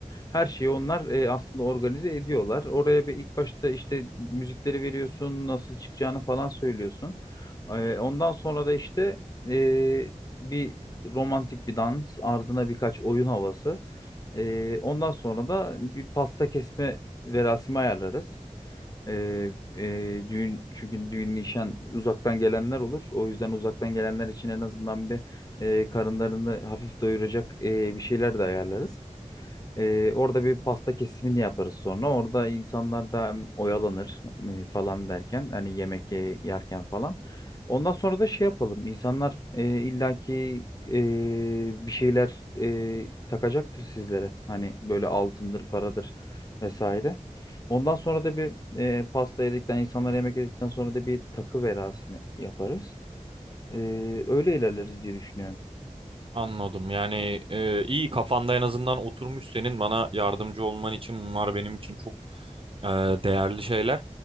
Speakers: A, on the left (about 30°); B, on the right (about 45°).
A: Her şeyi onlar e, aslında organize ediyorlar. Oraya bir ilk başta işte müzikleri veriyorsun, nasıl çıkacağını falan söylüyorsun. E, ondan sonra da işte e, bir romantik bir dans, ardına birkaç oyun havası. E, ondan sonra da bir pasta kesme verasimi ayarlarız. E, e, düğün çünkü düğün nişan uzaktan gelenler olur. O yüzden uzaktan gelenler için en azından bir e, karınlarını hafif doyuracak e, bir şeyler de ayarlarız. Ee, orada bir pasta kesimini yaparız sonra. Orada insanlar da hem oyalanır e, falan derken hani yemek ye- yerken falan. Ondan sonra da şey yapalım. İnsanlar e, illaki e, bir şeyler e, takacaktır sizlere. Hani böyle altındır, paradır vesaire. Ondan sonra da bir e, pasta yedikten, insanlar yemek yedikten sonra da bir takı verasimi yaparız. E, öyle ilerleriz diye düşünüyorum.
B: Anladım. Yani e, iyi kafanda en azından oturmuş senin bana yardımcı olman için bunlar benim için çok e, değerli şeyler.